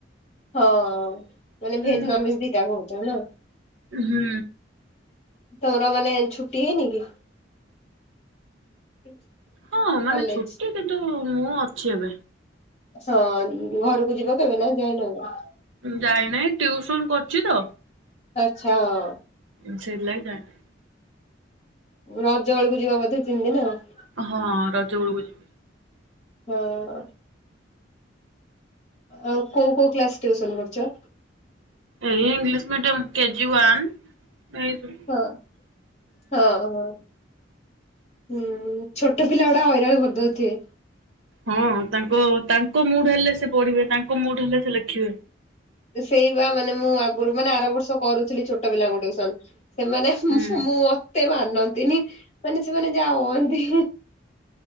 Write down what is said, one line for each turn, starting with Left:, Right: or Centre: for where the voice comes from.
Left: ହଁ ମାନେ
Right: ହୁଁ।
Left: ଭେଜ ନନ ଭେଜ ଦିଟା କହୁଛ ନା?
Right: ହୁଁ।
Left: ତମର ମାନେ ଛୁଟି ହେଇନି କି? <inaudible>
Right: ହଁ ମାନେ
Left: କଲେଜ?
Right: ଛୁଟି କିନ୍ତୁ ମୁଁ ଅଛି ଏବେ।
Left: ହଁ ଘରକୁ ଯିବ କେବେ ନା ଯାଇନ ଏଇନା।
Right: ଯାଇନାହିଁ ଟିଉସନ କରୁଛି ତ।
Left: ଆଛା ହଁ।
Right: ହଁ ସେଇଥି ଲାଗି ଯାଇନି।
Left: ରଜ ବେଳକୁ ଯିବା ବୋଧେ ତିନି ଦିନ ଆଉ।
Right: ହଁ ରଜ ଉଳକୁ ଯିବ।
Left: ହଁ। ଆଉ କୋଉ କୋଉ କ୍ଲାସ ଟ୍ୟୁସନ କରୁଛ?
Right: ଏଇ ଇଂଲିଶ ମିଡିୟମ କେଜି ୱାନ୍ ଏଇ ହୁଁ।
Left: ହଁ ହଁ ହଁ। ହୁଁ ଛୋଟ ପିଲା ଗୁଡ଼ା ହଇରାଣ କରିଦଉଥିବେ।
Right: ହଁ ତାଙ୍କ ତାଙ୍କ ମୁଡ୍ ହେଲେ ସେ ପଢିବେ ତାଙ୍କ ମୁଡ୍ ହେଲେ ସେ ଲେଖିବେ।
Left: ସେଇ ବା ମାନେ ମୁଁ ଆଗରୁ ମାନେ ଆର ବର୍ଷ କରୁଥିଲି ଛୋଟ ପିଲାଙ୍କୁ ଟ୍ୟୁସନ ସେମାନେ
Right: ହୁଁ।
Left: ମୁଁ ମତେ ମାନନ୍ତିନି ମାନେ ସେମାନେ ଯାହା ହୁଅନ୍ତି।